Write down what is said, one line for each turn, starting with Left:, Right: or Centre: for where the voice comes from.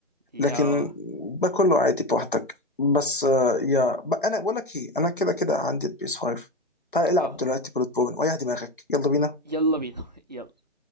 Right: دي
Left: لكن
Right: اه
Left: ده كله عادي براحتك بس آه، يا ب- انا بقول لك ايه انا كده كده عندي البيس 5 تعال العب
Right: اه آه.
Left: دلوقتي بلاد بون ويا دماغك يلا بينا
Right: يلا بينا <laughs> يلا